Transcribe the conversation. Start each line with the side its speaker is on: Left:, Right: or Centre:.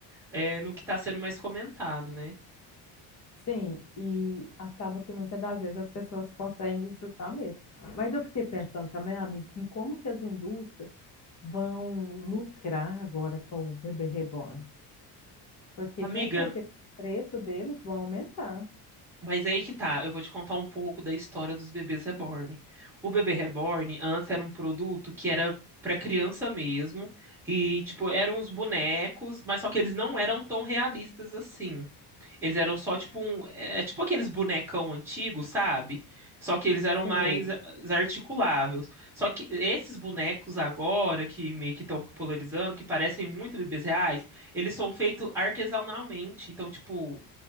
Centre: é, no que tá sendo mais comentado, né?
Left: Sim, e acaba que muitas das vezes as pessoas conseguem surfar mesmo. Mas eu fiquei pensando também, amigo, em como que as indústrias vão lucrar agora com o bebê reborn. Porque
Centre: Amiga,
Left: com certeza o preço deles vão aumentar.
Centre: mas aí que tá, eu vou te contar um pouco da história dos bebês reborn. O bebê reborn antes era um produto que era pra criança mesmo, e tipo, eram uns bonecos, mas só que eles não eram tão realistas assim. Eles eram só tipo um. É é tipo aqueles bonecão antigos, sabe? Só que eles eram
Left: Sei.
Centre: mais as- articuláveis. Só que esses bonecos agora, que meio que estão popularizando, que parecem muito bebês reais, eles são feitos artesanalmente. Então, tipo,